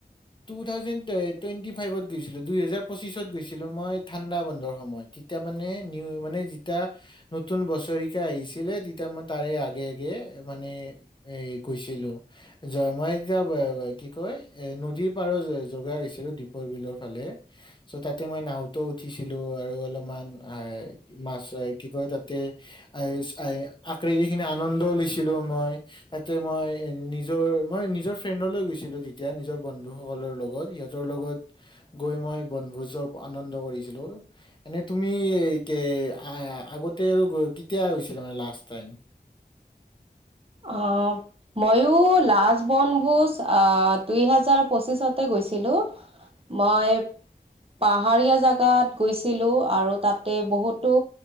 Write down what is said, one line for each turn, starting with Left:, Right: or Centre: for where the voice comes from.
Left: টু থাউজেণ্ড ট টুৱেণ্টি ফাইভত গৈছিলো দুই হেজাৰ পঁচিছত গৈছিলো মই ঠাণ্ডা বন্ধৰ সময়ত তেতিয়া মানে নিউ মানে যেতিয়া নতুন বছৰিকা আহিছিলে তেতিয়া মই তাৰে আগে আগে মানে এই গৈছিলো য মই এতিয়া কি কয় এ নদীৰ পাৰত য যগা গৈছিলো দ্বীপৰ বিলৰ ফালে চ' তাতে মই নাওঁতো উঠিছিলো, আৰু অলপমান আৰ মাছ এই কি কয়, তাতে এ এই আকৃতি খিনি আনন্দও লৈছিলো মই। তাতে মই নিজৰ মই নিজৰ ফ্ৰেণ্ডলৈ গৈছিলো, তেতিয়া নিজৰ বন্ধু সকলৰ লগত, ইহঁ তৰ লগত গৈ মই বনভোজৰ আনন্দ কৰিছিলোঁ। এনে তুমি কে আগতে আৰু কেতিয়া গৈছিলা মানে লাষ্ট টাইম?
Right: অ'। ময়ো লাজ বনভোজ আহ দুই হাজৰ পঁচিশতে গৈছিলোঁ। মই পাহাৰীয়া জেগাত গৈছিলো, আৰু তাতে বহুতো